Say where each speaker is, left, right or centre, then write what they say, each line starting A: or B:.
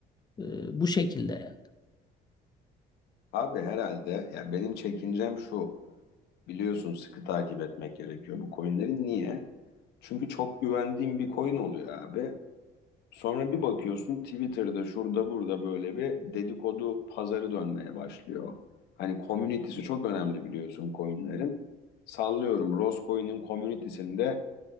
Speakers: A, on the left (about 25°); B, on the left (about 75°).
A: E, bu şekilde yani.
B: Abi herhalde ya benim çekincem şu. Biliyorsun sıkı takip etmek gerekiyor bu coinlerin. Niye? Çünkü çok güvendiğim bir coin oluyor abi. Sonra bir bakıyorsun Twitter'da şurada burada böyle bir dedikodu pazarı dönmeye başlıyor. Hani community'si çok önemli biliyorsun coin'lerin. Sallıyorum Roscoe'nin community'sinde